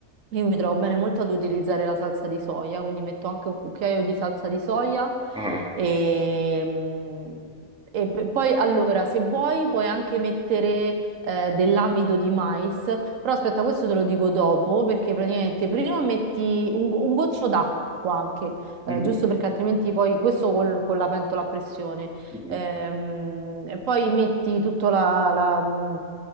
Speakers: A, on the right (about 80°); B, in the centre.
A: io mi trovo bene molto ad utilizzare la salsa di soia, quindi metto anche un cucchiaio di salsa di soia
B: Ah,
A: e, mm, e p- poi allora se vuoi puoi anche mettere eh, dell'amido di mais, però aspetta questo te lo dico dopo perché praticamente prima metti un, go- un goccio d'acqua anche, eh,
B: mhm,
A: giusto perché altrimenti poi questo col- con la pentola a pressione.
B: mhm,
A: Ehm, e poi metti tutta la, la, mh,